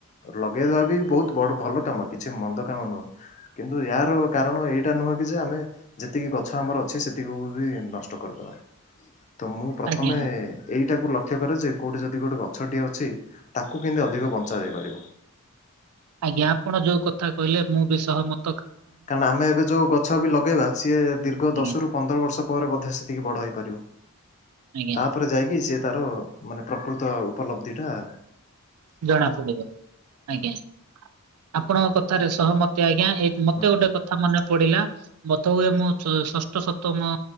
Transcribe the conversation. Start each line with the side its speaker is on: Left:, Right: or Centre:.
Left: ଲଗେଇ ହେଲା ବି ବହୁତ ବଡ ଭଲ କାମ କିଛି ମନ୍ଦ କାମ ନୁହଁ। କିନ୍ତୁ ଏହାର କାରଣ ଏଇଟା ନୁହେଁ କି ଯେ ଆମେ ଯେତିକି ଗଛ ଆମର ଅଛି ସେତିକି କୁ ବି ନଷ୍ ଚ, କରିଦବା। ତ ମୁଁ ପ୍ରଥମେ
Right: ଆଜ୍ଞା।
Left: ଏଇଟାକୁ ଲକ୍ଷ୍ୟ କରେ ଯେ କୋଉଠି ଯଦି ଗୋଟେ ଗଛଟିଏ ଅଛି ତାକୁ କେମତି ଅଧିକ ବଞ୍ଚା ଯାଇପାରିବ।
Right: ଆଜ୍ଞା ଆପଣ ଯୋଉ କଥା କହିଲେ ମୁଁ ବି ସହମ
Left: କାରଣ ଆମେ ଏବେ ଯୋଉ ଗଛ ବି ଲଗେଇବା ସିଏ ଦୀର୍ଘ
Right: ଆଜ୍ଞା
Left: ଦଶ ରୁ ପନ୍ଦର ବର୍ଷ ପରେ ବୋଧେ ସେ ଏତିକି ବଡ ହେଇପାରିବ।
Right: ଆଜ୍ଞା
Left: ତାପରେ ଯାଇକି ସିଏ ତାର ମାନେ ପ୍ରକୃତ ଉପଲବ୍ଧିଟା
Right: ଜଣା ପଡିବ। ଆଜ୍ଞା ଆପଣଙ୍କ କଥାରେ ସହମତି ଆଜ୍ଞା ଏ ମୋତେ
Left: ହୁଁ
Right: ଗୋଟେ କଥା ମନେ ପଡିଲା ବୋଧ ହୁଏ ମୁଁ ଷ-ଷଷ୍ଠ ସପ୍ତମ